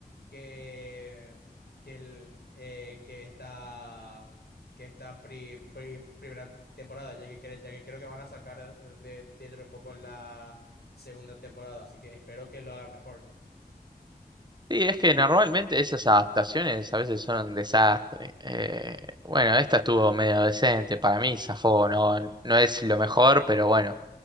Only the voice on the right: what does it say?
Sí, es que normalmente esas adaptaciones a veces son un desastre. Eh, bueno, esta estuvo medio decente, para mí zafó, no, no es lo mejor, pero bueno,